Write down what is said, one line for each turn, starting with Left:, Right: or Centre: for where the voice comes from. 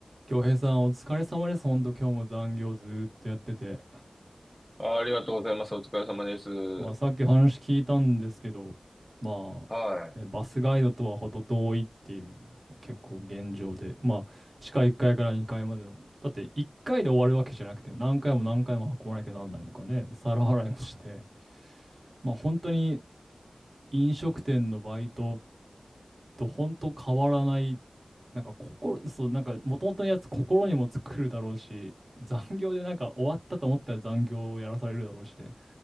Right: 京平さん、お疲れ様です。ほんと、今日も残業ずーっとやってて。
Centre: あありがとうございます。お疲れ様です。
Right: まあ、さっき話聞いたんですけど、ま
Centre: はい。
Right: あ、ね、バスガイドとは程遠いっていう、まあ結構現状で。まあ、地下1階かいから2階までの。だって、1階で終わるわけじゃなくて、何回も何回も運ばなきゃなんないとかね、皿洗いもして。まあ、本当に飲食店のバイトと本当変わらないなんか心、そう、なんか元々のやつ心にも作るだろうし、残業でなんか終わったと思ったら残業をやらされるだろうしで、